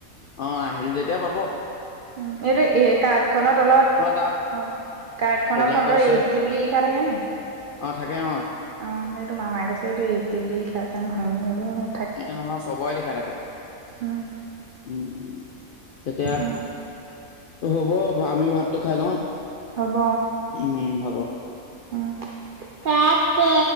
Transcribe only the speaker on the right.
উম এইটো এই কাৰ্ডখনৰ তলত
উম। কাৰ্ডখনৰ
ফনটত
এছ ডি বুলি লিখা থাকে নি?
অঁ সেইটো মামাৰ কৈছে এইটো এইচ ডি বুলি লিখা আছে নহয় বোলেও হয়।
উম,
উম
হ'ব
উম পাতে।